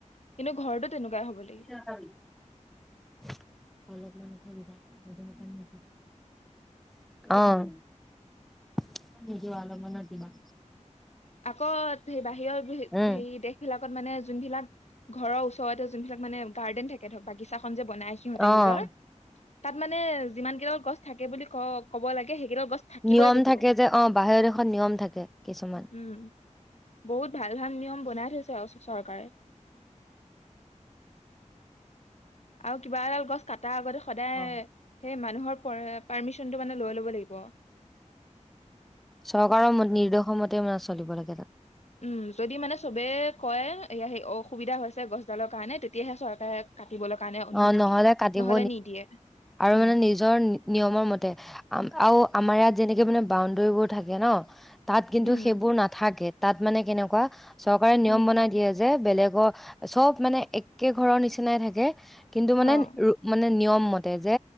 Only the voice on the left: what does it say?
ঘৰটো তেনেকুৱাই হ'ব লাগিব।
আকৌ, সেই, বাহিৰ বি,
সেৰি দেশ বিলাকত মানে, যোনবিলাক ঘৰৰ ওচৰতে, যোনবিলাক মানে, গাৰ্ডেন থাকে, ধৰক বাগি চাখন যে বনাই, সিহঁতে
নিজৰ। তাত মানে, যিমান কেইডাল গছ থাকে বুলি ক- ক'ব লাগে, সেইকেইডাল গছ থাকিবই
লাগিব
উম, বহুত ভাল-ভাল নিয়ম বনাই থৈছে আৰু চৰকাৰে। আৰু কিবা এডাল গছ কটাৰ আগতে সদায়,
সেই মানুহৰ <unintelligible> পাৰ্মিশ্চনটো মানে, লৈ ল'ব লাগিব।
উম, যদি মানে, চবে কয়! এইয়া, সেই অসুবিধা হৈছে গছডালৰ কাৰণে। তেতিয়াহে, চৰকাৰে কাটিবলৈ কাৰণে, অনুমতি
দিয়ে,
নহ'লে নিদিয়ে।
উম!
উম,
উম,
অ',